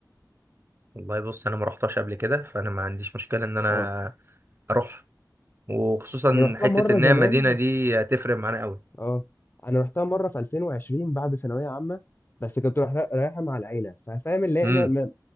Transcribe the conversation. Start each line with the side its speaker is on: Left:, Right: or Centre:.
Right: والله بص أنا ما رحتش قبل كده فأنا ما عنديش مشكلة إن أنا
Left: اه
Right: أروح وخصوصا
Left: انا رحتها
Right: حتة
Left: مره
Right: إن
Left: زمان
Right: هي المدينة دي هتفرق معانا أوي
Left: اه انا رحتها مره في 2020 بعد ثانويه عامه بس كنت رايح رايحه مع العيله ففاهم اللي هي
Right: امم
Left: ما, ما,